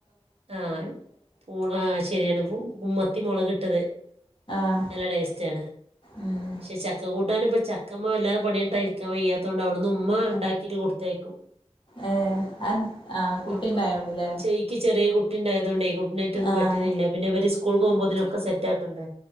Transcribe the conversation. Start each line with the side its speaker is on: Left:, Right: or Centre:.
Right: ആ പൂ അഅ് ശെരിയാണ് പു മത്തി മൊളകിട്ട ട്ടത്
Left: ആഹ്
Right: നല്ല ടേസ്റ്റാണ്
Left: ഉം
Right: പക്ഷെ ചക്ക കൂട്ടാനിപ്പോ ചക്കമ്മേ വല്ല പണിട്ടായിരിക്കാൻ വയ്യാത്തൊണ്ട് അവിടുന്ന് ഉമ്മ ഇണ്ടാക്കിട്ട് കൊടുത്തയക്കും
Left: ഏ ആ ആ കുട്ടിണ്ടായോണ്ട്ല്ലേ
Right: അപ്പൊ ചേയ്ക്ക് ചെറിയ കുട്ടിണ്ടായ തൊണ്ടെ ഗുഡ് നൈ റ്റൊന്നും
Left: ആഹ്
Right: പറ്റ്ന്നില്ല പിന്നെ വര് സ്കൂൾ പോവുമ്പോതിനൊ ക്കെ സെറ്റാക്കണ്ടേ